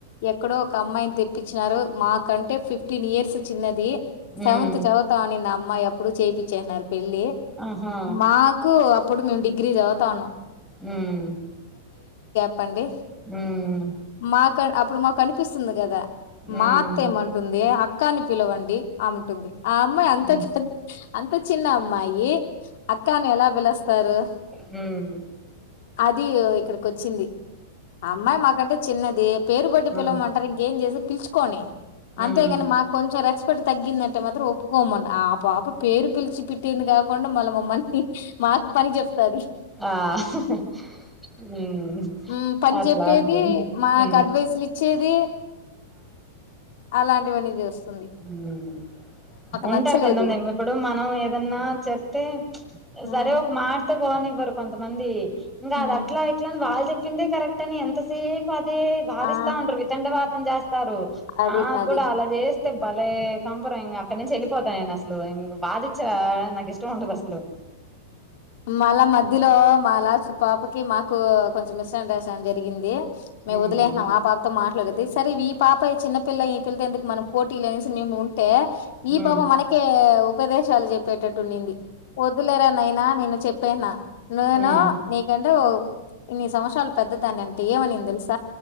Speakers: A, on the left; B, in the centre.
A: ఎక్కడో ఒక అమ్మాయిని తెప్పిచినారు మాకంటే ఫిఫ్టీన్ ఇయర్స్ చిన్నది సెవెంత్
B: ఉమ్
A: చదువుతా అనింద ఆ అమ్మాయి అప్పుడు చేపిచ్చేస్నారు పెళ్ళి
B: ఆహా
A: మాకు అప్ ఇప్పుడు మేము డిగ్రీ చదువుతా ఉన్నాం
B: ఉమ్
A: ప్పండి
B: మ్మ్
A: మా కాన్ అప్పుడు మాకు అనిపిస్తుంది కదా
B: మ్మ్
A: మా అత్త ఏమంటుంది అక్ కాని పిలవండి అముంటుంది ఆ అమ్మాయి అంత
B: మ్మ్
A: అంత చిన్న అమ్మాయి ఏ అక్కా అని ఎలా పిలుస్తారు
B: మ్మ్
A: అది ఇక్కడకి వచ్చింది అమ్మాయి మాకంటే చిన్నది పేరు పెట్టి
B: మ్మ్
A: పిలమంటారు ఇంకేం చేసెది పిలుచుకొని
B: మ్మ్
A: అంతేగాని మాకు కొంచెం రెస్ తగ్గిందంటే మాత్రం ఒప్పుకోమని ఆ పాప పేరు పిలిచి పెట్టింది కాకుండా మళ్ళ మమ్మల్ని మాకు పని చెబుతాది
B: ఆ అట్లాంటిది ఆ హ్మ్.
A: ఉ పని
B: అట్లా
A: చెప్పేది
B: ఉంటుంది.
A: మాకు
B: హ్మ్.
A: అడ్వైసులు ఇచ్చేది అలాంటివన్నీ చేస్తాద్
B: ఉమ్ ఉంటారు
A: నచ్చలేదు.
B: కొంతమంది ఇప్పుడు మనం ఏదన్నా చెప్తే
A: హ్మ్
B: సరే ఒక మాట పోనివ్వరు కొంతమంది ఇంకా
A: హ్మ్
B: అది అట్లా ఇట్లా అ వాళ్ళ చెప్పిందే కరెక్ట్ అని ఎంత సేపు అతే వాదిస్తా
A: ఆ
B: ఉంటారు వితండ వాదం చేస్తారు
A: అది
B: నాకు
A: అది
B: కూడా అలా చేస్త బలే పంపర్ ఇంగ అక్కడి నుంచి వెళ్ళిపోతా నేను అస్ లో బాదిచ్చ నాకు ఇష్ట ది అస్
A: మళ్ల మధ్యలో మా లాస్ట్ పాప ి మాకు కొంచెం మిస్ అండర్స్టాండింగ్ జరిగింది మేము
B: ఉమ్
A: వదిలేసనమ్ మా పాపతో మాట్లాడ అదే సరే ఈ పాప చిన్న పిల్ల ఈ పిల్ల తో ఎందుకు మనం పోటీలు అనేసి మేము ఉర్ ంటే ఈ
B: ఉమ్
A: పాప మనకే ఉపదేశాలు చెప్పి పెట్టేట్టుండింది వద్దులేరా నాయిన నేను చెప్పానా నేను
B: ఉమ్
A: నీకంటే ఏన్ని సంవత్సరాలు పెద్దదాని అంటే ఏమనింది తెలుస్